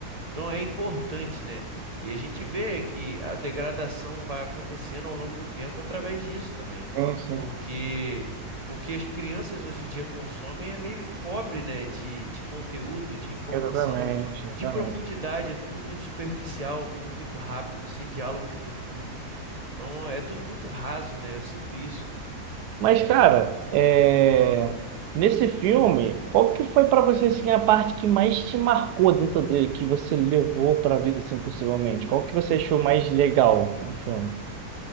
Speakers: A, on the right; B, on the right.
A: Então é importante, né? E a gente vê que a degradação vai acontecendo ao longo do tempo através disso também,
B: Sim, sim,
A: porque o que as crianças hoje em dia consomem é meio pobre, né? De, de conteúdo, de informação,
B: exatamente, exatamente.
A: de profundidade, é tudo muito superficial, tudo muito rápido, sem diálogos profundos. Então é tudo muito raso, né? Eu sinto isso.
B: Mas, cara, é, nesse filme, qual que foi pra você assim, a parte que mais te marcou dentro dele, que você levou pra vida, assim, possivelmente? Qual que você achou mais legal do filme?